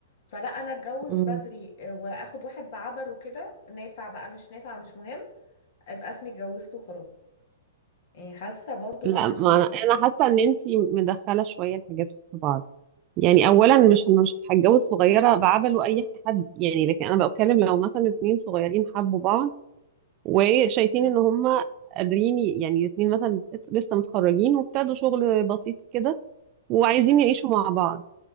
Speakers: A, on the left; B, on the right.
A: فلا انا اتجوز
B: مم.
A: بدري آه، واخد واحد بعبره كده نافع بقى مش نافع مش مهم ابقى اسمي اتجوزت وخلاص يعني حاسة برضو
B: لا
A: ده مش
B: ما
A: مبدأ
B: انا أنا
A: يعني
B: حاسه ان انتي مدخله شويه الحاجات في بعض يعني اولا مش مش هتجوز صغيره بعبله اي حد يعني لكن انا بتكلم لو مثلا اتنين صغيرين حبوا بعض وشايفين ان هما قادرين ي- يعني الاتنين مثلا لسه متخرجين وابتدوا شغل بسيط كده وعايزين يعيشوا مع بعض